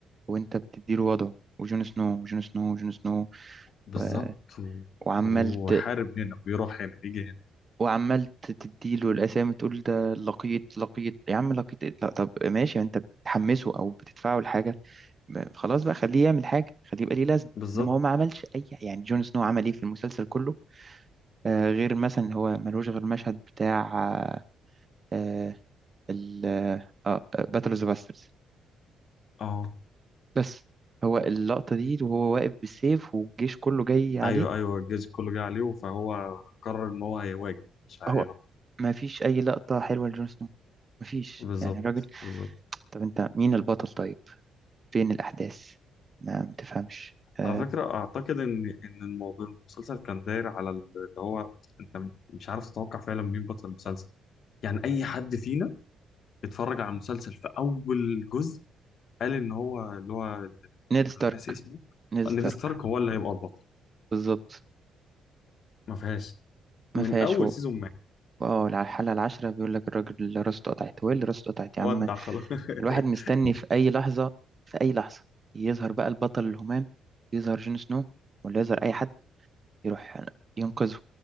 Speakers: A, on the right; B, on the left.
A: وانت بتديله وضعه وجون سنو وجون سنو وجون سنو
B: بالظبط
A: و...
B: و-
A: وعملت
B: وحارب هنا بيروح هنا بيجي هنا
A: وعملت تديله الاسامي تقول ده لقيط لقيط يا عم لقيط إيه؟ لا طب ماشي يعني انت بتحمسه او بتدفعه لحاجه ب- خلاص بقى خليه يعمل حاجه خليه يبقى ليه لازمه
B: بالظبط
A: انما هو ما عملش اي يعني جون سنو عمل ايه في المسلسل كله آه غير مثلا هو ملوش غير المشهد بتاع آه ال آه باتل اوف ذا باسترز
B: اه
A: بس هو اللقطة دي وهو واقف بالسيف والجيش كله جاي عليه
B: ايوه ايوه الجيش كله جه عليه فهو قرر ان هو هيواجه مش هيهرب
A: هو ما فيش أي لقطة حلوة لجون سنو ما فيش
B: بالظبط
A: يعني الراجل
B: بالظبط
A: طب أنت مين البطل طيب فين الأحداث ما متفهمش آه...
B: على فكره اعتقد ان ان الموضوع المسلسل كان داير على ال- اللي هو انت م- مش عارف تتوقع فعلا مين بطل المسلسل يعني اي حد فينا اتفرج على المسلسل في اول جزء قال ان هو اللي هو ال-
A: نيد
B: انا
A: ستارك
B: ناسي اسمه
A: نيد ستارك
B: نيد ستارك هو اللي هيبقى البطل
A: بالظبط
B: ما فيهاش من
A: ما فيهاش
B: اول
A: هو
B: سيزون ما
A: اه على الحلقة العاشرة بيقول لك الراجل اللي راسه اتقطعت هو إيه اللي راسه اتقطعت
B: ودع
A: يا عم
B: خلاص
A: الواحد مستني
B: <laughs>
A: في أي لحظة في أي لحظة يظهر بقى البطل الهمام يظهر جون سنو ولا يظهر أي حد يروح ينقذه